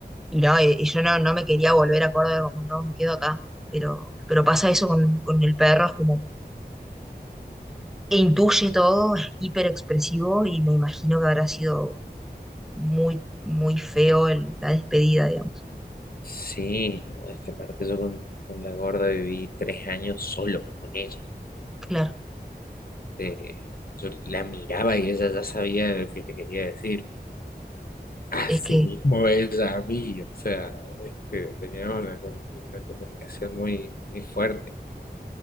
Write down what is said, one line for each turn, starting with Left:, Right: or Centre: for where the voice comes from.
Centre: y no, y yo no, no me quería volver a Córdoba, como, no, me quedo acá, pero, pero pasa eso con, con el perro, es como, e intuye todo, es hiper expresivo y me imagino que habrá sido muy, muy feo el- la despedida, digamos.
Left: sí, no, es que aparte yo con, con la gorda viví tres años solo con ella.
Centre: Claro,
Left: Eh, yo la miraba y ella ya sabía lo que le quería decir. Así
Centre: es que,
Left: mismo ella a mí, o sea, este, teníamos una, com- una comunicación muy, muy fuerte.